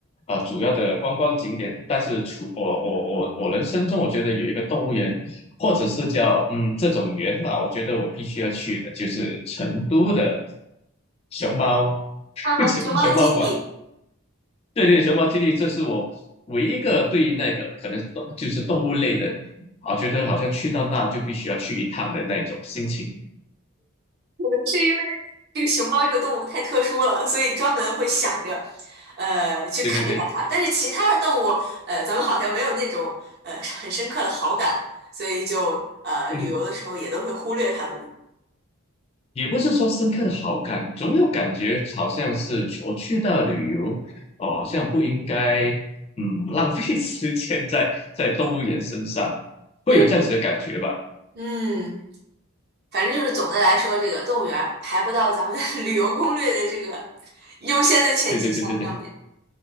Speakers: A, on the left; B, on the right.
A: 呃主要的观光景点，但是除我我我我人生中，我觉得有一个动物园，或者是叫嗯这种园吧，我觉得我必须要去的，就是成都的熊猫
B: 啊，
A: <laughs> 熊熊猫馆。
B: 熊猫基地。
A: 对对，熊猫基地，这是我唯一一个对那个可能动就是动物类的，啊，觉得好像去到那就必须要去一趟的那种心情。
B: 可能是因为这个熊猫这个动物太特殊了，所以专门会想着，呃，去看一下它。
A: 对对对，
B: 但是其他的动物，呃，咱们好像没有那种呃很深刻的好感，所以就呃旅游的时候也都会忽略它们。
A: 嗯。也不是说深刻的好感，总有感觉好像是去我去到旅游，哦，好像不应该，嗯，浪费 <laughs> 时间在在动物园身上，会有这样子的感觉吧？
B: 嗯嗯，反正就是总的来说，这个动物园儿排不到咱们 <laughs> 旅游攻略的这个优先的前几项上面。
A: 对对对对对，